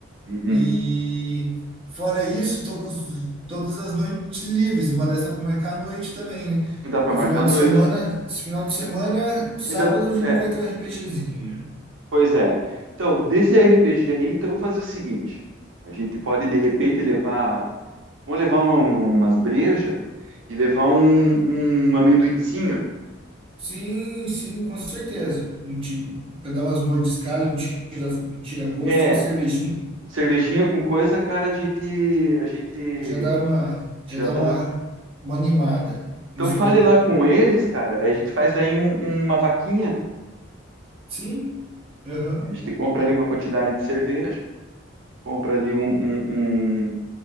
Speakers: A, on the right; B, on the right.
A: uhum.
B: E fora isso, tô com os- todas as noites livres, uma dessa para marcar a noite também, né?
A: Dá pra
B: Que
A: marcar
B: final
A: à
B: de
A: noite.
B: semana, esse final de semana, sábado
A: Eu já,
B: a gente
A: é,
B: vai ter um RPGzinho, né?
A: pois é. Então, desse RPG aí, então vamos fazer o seguinte: a gente pode de repente levar, vamos levar uma- umas brejas e levar um, um amendoinzinho.
B: Sim, sim, com certeza. Um ti- Pra dar umas mordiscadas, um tira, um tira-gosto,
A: É,
B: uma cervejinha,
A: cervejinha com coisa, cara, a gente, a gente
B: já dá uma, já
A: já
B: dá
A: dá.
B: uma, uma animada
A: Então
B: no estômago.
A: fale lá com eles, cara. A gente faz daí um- uma vaquinha.
B: Sim, aham.
A: A gente compra ali uma quantidade de cerveja, compra ali um, um- um-